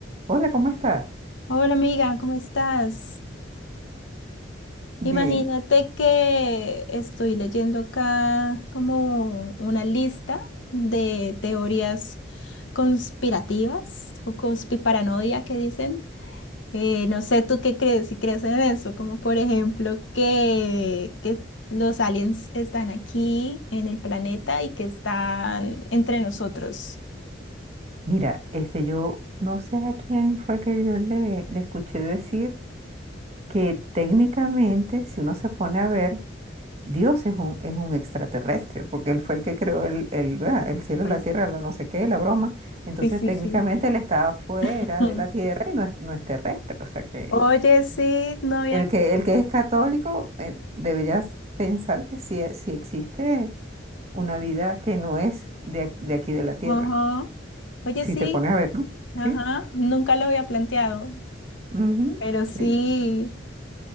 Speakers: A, on the right; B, on the left.
A: Hola, ¿cómo estás?
B: Hola amiga, ¿cómo estás?
A: Bien.
B: Imagínate que estoy leyendo acá como una lista de teorías conspirativas o conspiparanoia que dicen. Eh, no sé tú qué crees, si crees en eso, como por ejemplo que, que los aliens están aquí en el planeta y que están entre nosotros.
A: Mira, este, yo no sé a quién fue que yo le, le escuché decir que técnicamente, si uno se pone a ver, Dios es un, es un extraterrestre, porque él fue el que creó el, el, ¿verdad? el cielo,
B: Pues
A: la tierra, la no sé qué, la broma. Entonces,
B: sí, sí,
A: técnicamente
B: sí.
A: él estaba fuera
B: <laughs> Ujú.
A: de la tierra y no es, no es terrestre. O sea que
B: Oye, sí, no había...
A: el que, el que es católico, eh, deberías pensar que sí, sí existe una vida que no es de, ac- de aquí de la tierra.
B: Ajá. Oye,
A: si
B: sí.
A: te pones a ver, ¿no?
B: Ajá,
A: Sí,
B: nunca lo había planteado,
A: ujú,
B: pero sí,
A: sí,